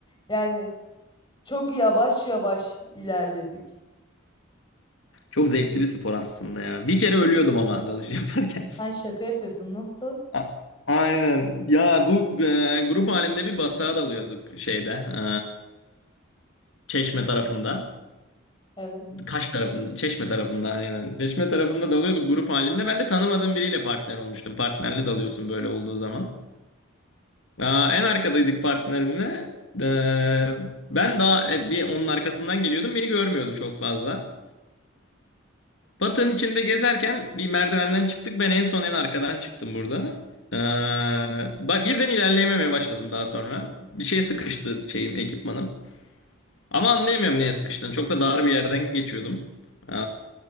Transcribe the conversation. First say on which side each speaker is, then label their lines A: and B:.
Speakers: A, on the left (about 20°); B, on the left (about 65°).
A: Yani çok yavaş yavaş ilerledik.
B: Çok zevkli bir spor aslında ya. Bir kere ölüyordum ama dalış <laughs> yaparken.
A: Sen şaka yapıyorsun nasıl?
B: A- Aynen. Ya bu e, grup halinde bir batağa dalıyorduk şeyde. e, Çeşme tarafında.
A: Evet.
B: Kaş tarafında. Çeşme tarafında aynen. Çeşme tarafında dalıyorduk grup halinde. Ben de tanımadığım biriyle partner olmuştum. Partnerle dalıyorsun böyle olduğu zaman. Aa, en arkadaydık partnerimle. E, ben daha e, bir onun arkasından geliyordum. Beni görmüyordu çok fazla. Batı'nın içinde gezerken bir merdivenden çıktık. Ben en son en arkadan çıktım burada. Ee, ba- birden ilerleyememeye başladım daha sonra. Bir şeye sıkıştı şeyim, ekipmanım. Ama anlayamıyorum neye sıkıştığını. Çok da dar bir yerden geçiyordum. Ee,